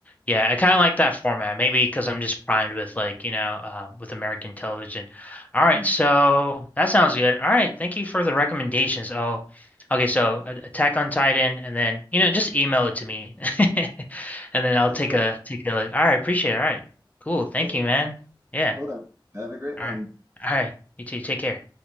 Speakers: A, on the left (about 20°); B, on the right (about 30°).
A: Yeah, I kind of like that format. Maybe because I'm just primed with like, you know, um, with American television. All right,
B: Mhm.
A: so that sounds good. All right, thank you for the recommendations. Oh, okay, so A- Attack on Titan, and then you know, just email it to me, <laughs> and then
B: Yeah,
A: I'll take
B: sure.
A: a take a look. All right, appreciate it. All right, cool. Thank
B: Hey,
A: you, man. Yeah.
B: cool. Have, have a great one.
A: All right. All right. You too. Take care.